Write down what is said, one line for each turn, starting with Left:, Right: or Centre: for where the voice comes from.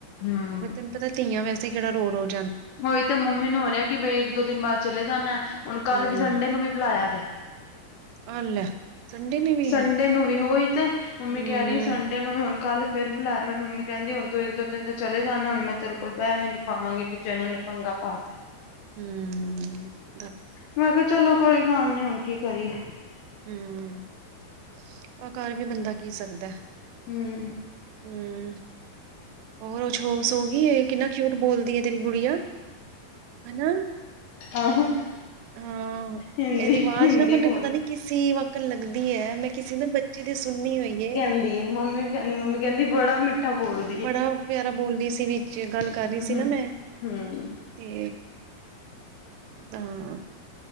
Left: ਹਮ
Right: ਤੈਨੂੰ ਪਤਾ ਧੀਆਂ ਵੈਸੇ ਹੀ ਕਿਹੜਾ ਰੋਜ -ਰੋਜ
Left: ਹੋਹੀ ਤੇ ਮੰਮੀ ਨੂੰ ਹੋ ਰਿਹਾ ਕਿ ਬਈ ਇੱਕ ਦੋ ਦਿਨ ਬਾਅਦ ਚਲੇ ਜਾਣਾ ਹੁਣ ਕੱਲ
Right: ਹੂੰ
Left: ਵੀ ਸੰਡੇ ਨੂੰ ਵੀ ਬੁਲਾਇਆ ਵੇ।
Right: ਆ ਲੈ। ਸੰਡੇ ਨੇ ਵੀ
Left: ਸੰਡੇ
Right: ਹੈ
Left: ਨੂੰ ਵੀ ੳਹੀ ਤੇ ਮੰਮੀ
Right: ਹੂੰ,
Left: ਕਹਿ ਰਹੀ ਸੰਡੇ ਨੂੰ ਹੁਣ ਕੱਲ ਫਿਰ ਬੁਲਾਇਆ ਮੰਮੀ ਕਹਿੰਦੀ ਹੁਣ ਤੂੰ ਇਕ ਦੋ ਦਿਨ ਤਕ ਚਲੇ ਜਾਣਾ ਹੁਣ ਮੈਂ ਤੇਰੇ ਕੋਲ ਬਹਿ ਵੀ ਨੀ ਪਾਵਾਂਗੀ। ਜੇ ਇਹਨਾਂ ਨੇ ਪੰਗਾ ਪਾਤਾ
Right: ਹਮ
Left: ਮੈਂ ਕਿਹਾ ਚਲੋ ਕੋਈ ਗੱਲ ਨੀ ਹੁਣ ਕੀ ਕਰੀਏ?
Right: ਹਮ ਕਰ ਵੀ ਬੰਦਾ ਕੀ ਸਕਦਾ?
Left: ਹਮ
Right: ਹਮ ਹੋਰ ਉਹ ਸੋ ਗਈ ਏ ਕਿੰਨਾ ਕਿਊਟ ਬੋਲਦੀ ਹੈ ਤੇਰੀ ਗੁੜੀਆ ਹਨਾ।
Left: ਆਹੋ
Right: ਹਾਂ।
Left: ਹਿੰਦੀ
Right: ਇਹਦੀ ਆਵਾਜ਼
Left: ਹਿੰਦੀ
Right: ਨਾ ਮੈਨੂੰ
Left: ਬੋਲ
Right: ਪਤਾ ਨੀ ਕਿਸੇ ਵਕਤ ਵਕਤ ਲੱਗਦੀ ਹੈ ਮੈਂ ਕਿਸੇ ਨਾ ਬੱਚੇ ਦੀ ਸੁਣਨੀ ਹੋਈ ਏ।
Left: ਹੁੰਦੀ ਹੈ ਮੰਮੀ। ਕਹਿੰਦੀ ਮੰਮੀ ਕਹਿੰਦੀ ਬੜਾ ਮਿੱਠਾ। ਬੋਲਦੀ ਏ
Right: ਬੜਾ ਪਿਆਰਾ ਬੋਲ ਰਹੀ ਸੀ ਵਿੱਚ ਗੱਲ
Left: ਹਮ
Right: ਕਰ ਰਹੀ ਸੀ ਨਾ ਮੈਂ।
Left: ਹਮ
Right: ਤੇ ਤਾਂ,